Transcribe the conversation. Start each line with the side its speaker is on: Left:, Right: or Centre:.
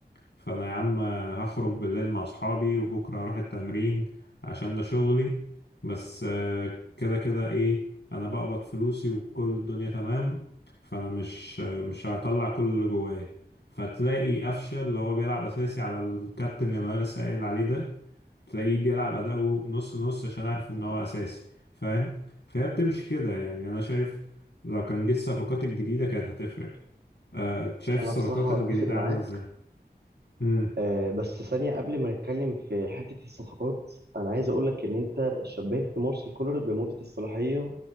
Left: فانا يا عم هخرج بالليل مع اصحابي وبكره هروح التمرين عشان ده شغلي بس آه، كده كده ايه انا بقبض فلوسي وكل الدنيا تمام فانا مش مش هطلع كل اللي جوايا فتلاقي قفشه اللي هو بيلعب اساسي على الكابتن اللي انا لسه قايل عليه ده تلاقيه بيلعب اداؤه نص نص عشان عارف ان هو اساسي فاهم فهي بتمشي كده يعني انا شايف لو كان جه الصفقات الجديده كانت هتفرق أه شايف الصفقات
Right: انا بصراحه
Left: الجديده
Right: اتفق معاك
Left: عامله ازاي امم
Right: آه بس ثانيه قبل ما نتكلم في حته الصفقات انا عايز اقول لك ان انت شبهت مارسيل كولر بمده الصلاحيه